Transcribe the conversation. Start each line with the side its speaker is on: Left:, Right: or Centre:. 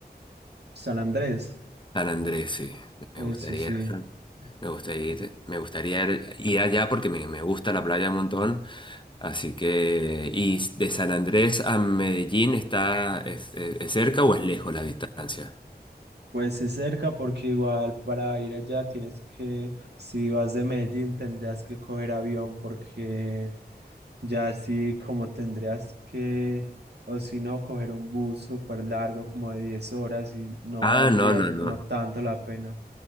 Right: San Andrés,
Left: San Andrés, sí.
Right: eso
Left: Me gustaría,
Right: sí.
Left: ir a San- me gustaría ir, me gustaría ir ir allá porque me, me gusta la playa un montón. Así que, ¿y de San Andrés a Medellín está, es es- es cerca o es lejos la distancia?
Right: Pues es cerca porque igual para ir allá tienes que, si vas de Medellín, tendrías que coger avión porque Ya sí, como tendrías que, o si no, coger un bus súper largo, como de 10 horas, y no
Left: Ah,
Right: valdría
Left: no, no, no.
Right: como tanto la pena.